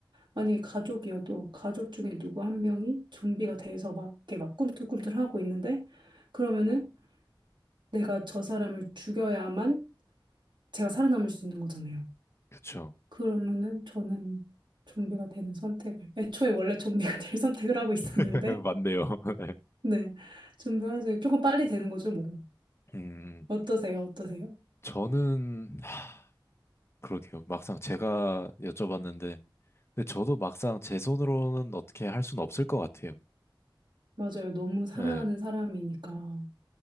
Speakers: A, on the right; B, on the left.
A: 아니, 가족이어도 가족 중에 누구 한 명이 좀비가 돼서 막 이렇게 막 꿈틀꿈틀하고 있는데 그러면은 내가 저 사람을 죽여야만 제가 살아남을 수 있는 거잖아요.
B: 그쵸.
A: 그러면은 저는 좀비가 되는 선택을 애초에 원래 좀비가 될 선택을 하고 있었는데
B: <laughs> 맞네요. <laughs> 예.
A: 네. 좀비 환생이 조금 빨리 되는 거죠, 뭐.
B: 음,
A: 어떠세요? 어떠세요?
B: 저는, 하, 그러게요. 막상 제가 여쭤봤는데, 근데 저도 막상 제 손으로는 어떻게 할 수는 없을 것 같아요.
A: 맞아요. 너무 사랑하는
B: 예.
A: 사람이니까.